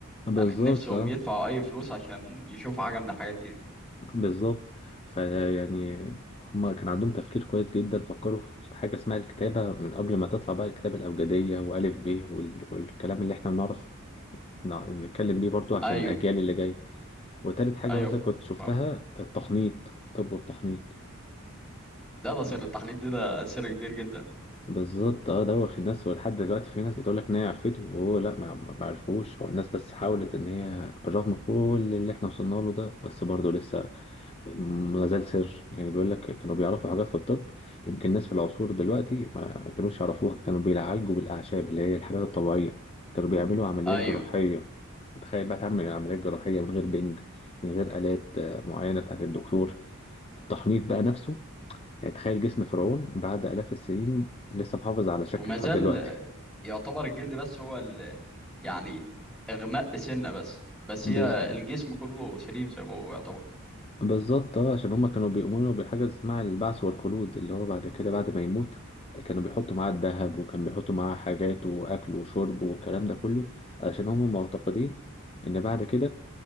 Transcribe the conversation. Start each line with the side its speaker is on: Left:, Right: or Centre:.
Left: بالظبط
Centre: يعني نفسهم
Left: آه.
Centre: يدفعوا أي فلوس عشان يشوفوا حاجة من الحاجات دي, دي.
Left: بالظبط فيعني هما كان عندهم تفكير كويس جدا فكروا في حاجة اسمها الكتابة من قبل ما تطلع بقى الكتابة الأبجدية وألف ب وال- والكلام اللي احنا بنعرف نع- نتكلم بيه برضو عشان
Centre: أيوة
Left: الأجيال اللي جاية وتالت حاجة
Centre: ايوه
Left: مثلا كنت شفتها
Centre: فاهم
Left: التحنيط الطب والتحنيط
Centre: لا ده سر التحنيط دي ده سر كبير جدا
Left: بالظبط اه دوخ الناس ولحد دلوقتي في ناس بتقول لك ان هي عرفته وهو لا ما ما- ما عرفوش هو الناس بس حاولت ان هي بالرغم كل اللي احنا وصلنا له ده بس برضه لسه ما زال سر يعني بيقول لك كانوا بيعرفوا حاجات في الطب يمكن الناس في العصور دلوقتي ما كانوش يعرفوها كانوا بيعالجوا بالأعشاب اللي هي الحاجات الطبيعية كانوا بيعملوا عمليات
Centre: ايوه
Left: جراحية تخيل بقى تعمل عمليات جراحية من غير بنج من غير آلات آه، معينة بتاعت الدكتور التحنيط بقى نفسه يعني تخيل جسم فرعون بعد آلاف السنين لسه محافظ على شكله
Centre: وما
Left: لحد
Centre: زال
Left: دلوقتي
Centre: يعتبر الجلد بس هو ال... يعني اغماء سنه بس بس
Left: بز...
Centre: هي الجسم كله سليم زي ما هو يعتبر
Left: بالظبط اه عشان هما كانوا بيؤمنوا بحاجة اسمها البعث والخلود اللي هو بعد كده بعد ما يموت كانوا بيحطوا معاه الذهب وكان بيحطوا معاه حاجات وأكل وشرب والكلام ده كله علشان هما معتقدين إن بعد كده